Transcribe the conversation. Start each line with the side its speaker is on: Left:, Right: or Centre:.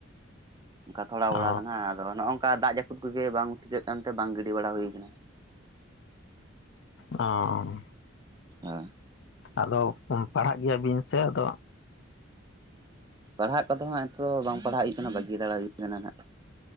Right: ᱚᱱᱠᱟ ᱛᱷᱚᱲᱟ ᱵᱚᱲᱟ
Left: ᱚ
Right: ᱫᱚ ᱱᱟᱜ ᱟᱫᱚ ᱱᱚᱜᱼᱠᱟ ᱫᱟᱜ ᱡᱟᱹᱯᱩᱫ ᱠᱚᱜᱮ ᱵᱟᱝ ᱴᱷᱤᱠᱟᱹᱜ ᱠᱟᱱᱛᱮ ᱵᱟᱝ ᱜᱤᱰᱤ ᱵᱟᱲᱟ ᱦᱩᱭ ᱟᱠᱟᱱᱟ᱾
Left: ᱚᱸ᱾
Right: ᱦᱮᱸ᱾
Left: ᱟᱫᱚ ᱯᱟᱲᱦᱟᱜ ᱜᱮᱭᱟ ᱵᱤᱱ ᱥᱮ ᱟᱫᱚ
Right: ᱯᱟᱲᱦᱟᱜ ᱠᱚᱫᱚ ᱦᱟᱸᱜ ᱮᱛᱚ ᱫᱚ ᱵᱟᱝ ᱯᱟᱲᱦᱟᱜ ᱦᱩᱭᱩᱜ ᱠᱟᱱᱟ ᱵᱟᱹᱜᱤ ᱫᱟᱲᱟ ᱠᱟᱱᱟ ᱦᱟᱸᱜ ᱾